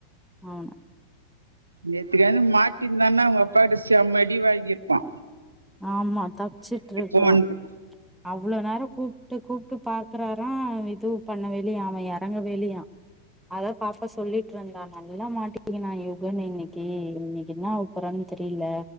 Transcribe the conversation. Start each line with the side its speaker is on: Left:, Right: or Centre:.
Centre: அவன
Right: நேத்துக்கானு மாட்டி இருந்தானா அவுங்க அப்பாட செம் அடி வாங்கிருப்பா
Centre: ஆமா தப்ச்சுட்டுருக்கா
Right: போன்து
Centre: அவ்ளோ நேரோ கூப்ட்டு கூப்ட்டு பாக்குறாரா அவ இது பண்ணவே இல்லியா எறங்கவேஇலியா அதா பாப்பா சொல்லிட்ருந்தா நல்லா மாட்டிக்கின்னா யுகன் இன்னைக்கு இன்னைக்கு என்ன ஆவ போறான் தெர்ல